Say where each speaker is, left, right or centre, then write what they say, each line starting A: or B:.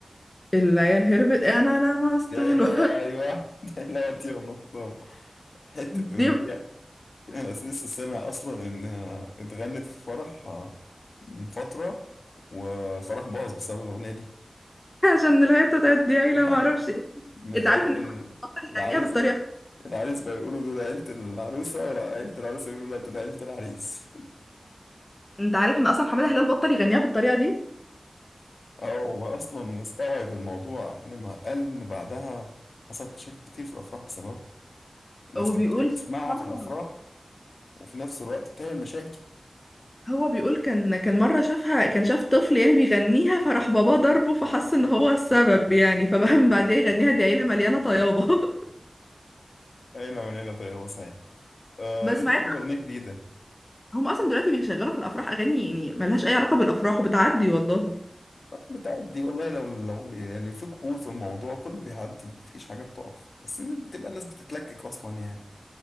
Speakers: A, on the left (about 25°); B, on the left (about 75°).
A: العيال هربت انا لمست
B: يا
A: له
B: إلى أيوه <laughs> يا إلى وطي ونصام
A: <laughs>
B: حتة
A: دي
B: أغنية أنا لسه سامع أصلا إن اتغنت في فرح آه، من فترة والفرح باظ بسبب الأغنية دي
A: <laughs> عشان الهيطه بتاعت دي عيله
B: <laughs>
A: ما اعرفش ايه
B: عيلة
A: انت عارف ان
B: ال-
A: حماده بطل
B: العريس
A: يغنيها بالطريقه
B: العريس بقى يقولوا دول عيلة العروسة ولا عيلة العروسة يقولوا لا دول عيلة العريس
A: انت عارف ان اصلا حماده هلال بطل يغنيها بالطريقه دي
B: <laughs> اه هو أصلا استوعب الموضوع لما قال إن بعدها حصلت مشاكل كتير في الأفراح بسببه الناس
A: وبيقول
B: كانت بتحب تسمعها
A: <laughs> مرة-
B: في الأفراح وفي نفس الوقت بتعمل مشاكل
A: هو بيقول كان كان مره شافها كان شاف طفل يعني بيغنيها فراح باباه ضربه فحس ان هو السبب يعني فبقى من بعديها يغنيها دي عيله مليانه طيابه <laughs>
B: أين من هنا طيب يا آه
A: بس
B: لسه
A: مع
B: عامل
A: إن
B: أغنية جديدة
A: هم اصلا دلوقتي بيشغلوا في الافراح اغاني يعني ملهاش اي علاقه بالافراح وبتعدي والله
B: آه، بتعدي والله لو لو يعني في قبول في الموضوع كله بيعدي مفيش حاجة بتقف بس إن بتبقى الناس بتتلكك أصلا يعني